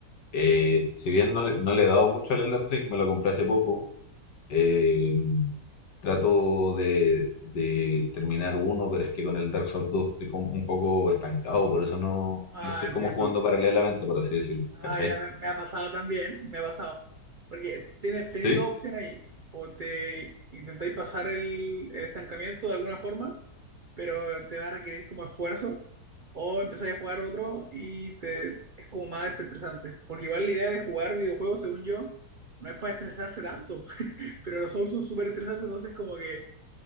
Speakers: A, on the left; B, on the right.
A: eh, si bien no le, no le he dado mucho al Elden Ring, me lo compré hace poco. eh, trato de, de terminar uno, pero es que con el Dark Souls dos estoy como un poco estancado, por eso no
B: Ah,
A: lo estoy
B: entiendo.
A: como jugando paralelamente, por así decirlo,
B: Ah,
A: ¿cachai?
B: ya me, me ha pasado también, me ha pasado. Porque tienes, tenéis
A: Sí,
B: dos opciones ahí. O te intentáis pasar el, el estancamiento de alguna forma, pero te va a requerir como esfuerzo. O empezáis a jugar otro y te, es como más desestresante. Porque igual la idea de jugar videojuegos, según yo, no es para estresarse tanto. <laughs> Pero los Souls son súper estresantes, entonces como que